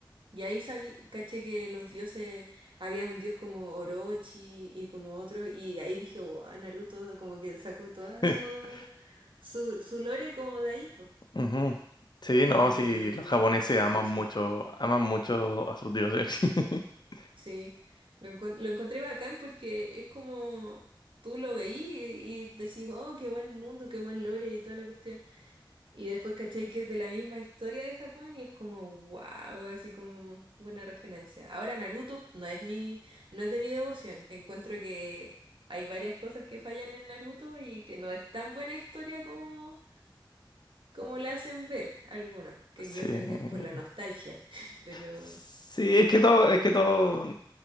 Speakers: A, on the right; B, on the left.
A: Y ahí sabí, caché que los dioses, había un dios como Orochi y como otro, y ahí dije, wow, Naruto como que sacó toda
B: <laughs>
A: su, su, su lore como de ahí, pues.
B: Ujú. Sí, no,
A: Y
B: sí, los japoneses
A: buenísimo,
B: aman mucho, aman mucho a sus dioses. <laughs>
A: sí. Lo, encon- lo encontré bacán porque es como tú lo veí y, y decís, oh, qué buen mundo, qué buen lore y toda la cuestión. Y después caché que es de la misma historia de Japón y es como wow, así como buena referencia. Ahora Naruto no es mi, no es de mi devoción. Encuentro que hay varias cosas que fallan en Naruto y que no es tan buena historia como, como la hacen ver algunos, que
B: Sí.
A: yo creo que es por la nostalgia. <laughs> Pero
B: Sí, es que todo, es que todo,